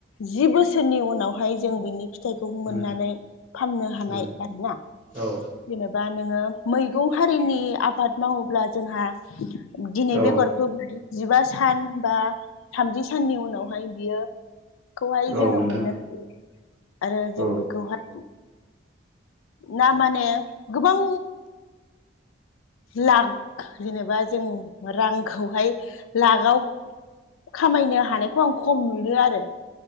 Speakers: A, on the left (about 85°); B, on the right (about 25°).
A: जि बोसोरनि उनावहाय जों बिनि फिथाइखौ मोननानै
B: उम
A: फाननो हानाय
B: उम
A: आरो ना
B: औ
A: जेनेबा नोङो मैगं हारिनि आबाद मावोब्ला जोंहा दिनै
B: औ
A: बे जिबा सान बा थामजि साननि उनावहाय बियो खौहाय
B: औ
A: जोङो
B: नोंथां
A: मोननो हायो आरो जों
B: औ
A: बेखौहाय ना माने गोबां लाख जेनेबा जों रांखौहाय लाखआव खामायनो हानायखौ आं खम नुयो आरो